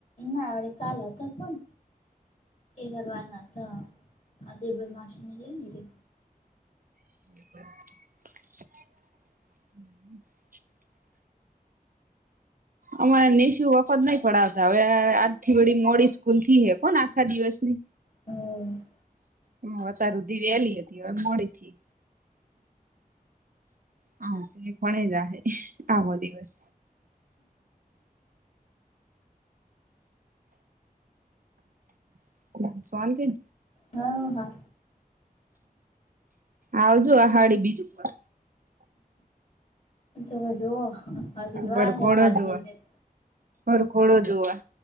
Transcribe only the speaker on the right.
<unintelligible> અમારે નિશુ વખત નહી પડાવતા હવે આજથી બડી મોડી સ્કૂલથી હે કોને આખા દિવસની
હમ અતાર હુધી વેલી હતી હવે મોડી થી હા તે પણ જ આવો દિવસ <unintelligible> સવાલથી
આવજો આહાડી બીજું ઉપર
વરઘોડો
જોવા
વરઘોડો જોવા